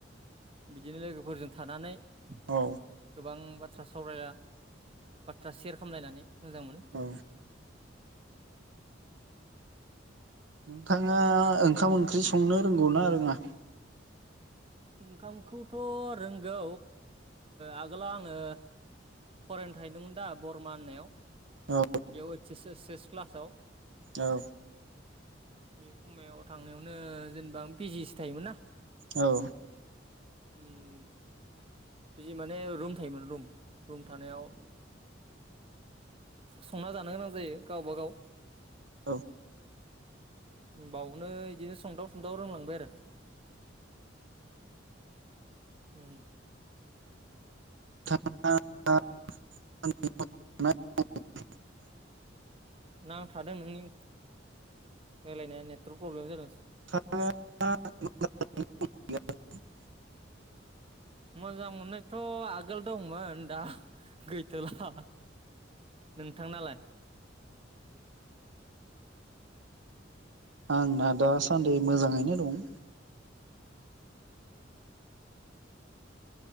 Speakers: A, on the right (about 30°); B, on the right (about 75°).
A: बिदिनो लोगो गोफोरजों थानानै। गोबां
B: औ
A: बाथ बाथ्रा सावरायला <unintelligible> बाथ्रा सेयार खालामलायनानै मोजां मोनो।
B: औ नोंथाङा ओंखाम ओंख्रि संनो रोंगौ ना रोङा?
A: ओंखामखौथ रोंगौ आगोलाव आङो फरायनो थाहैदोंमोन दा बरमा होननायाव।
B: औ
A: बेयाव <unintelligible> क्लासाव।
B: औ
A: बे खमायाव थांनायावनो जेनेबा आं बिजिसो थायोमोन ना।
B: औ
A: उम। बि माने रुम थायो रुम रुम थानायाव संना जानो गोनां जायो गावबागाव
B: औ
A: बावनो इदिनो संदाव सुंदाव रोंलांबाय आरो उम
B: <unintelligible>
A: नांथादों नोंनि रायलायनाया नेटवर्क प्रब्लेम जादों।
B: <unintelligible>
A: मोजां मोननायथ आगोल दंमोन दा गैथोला नोंथांनालाय?
B: आंना दासान्दि मोजाङैनो दं।